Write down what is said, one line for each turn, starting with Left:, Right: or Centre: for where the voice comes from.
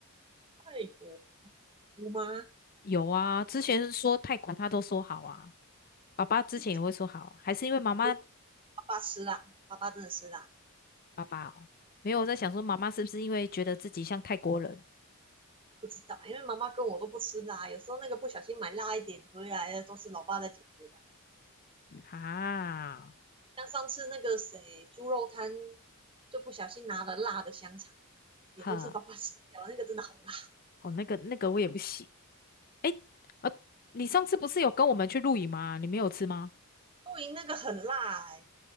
Right: 泰国姑妈
Left: 有啊，之前是说泰国她都说好啊，爸爸之前也会说好啊，
Right: 自己讲，
Left: 还是因为妈妈
Right: 没爸爸吃辣，爸爸真的吃辣，
Left: 爸爸哦，没有我在想说妈妈是不是因为觉得自己像泰国人
Right: 不知道，因为妈妈跟我都不吃辣，有时候那个不小心买辣一点回来的，都是老爸在解决的。
Left: 啊？
Right: 像上次那个谁猪肉摊，就不小心拿了辣的香肠，也都是爸爸吃掉，
Left: 哈，
Right: 那个真的好辣。
Left: 哦，那个那个我也不行。哎，呃，你上次不是有跟我们去露营吗？你没有吃吗？
Right: 露营那个很辣哎、欸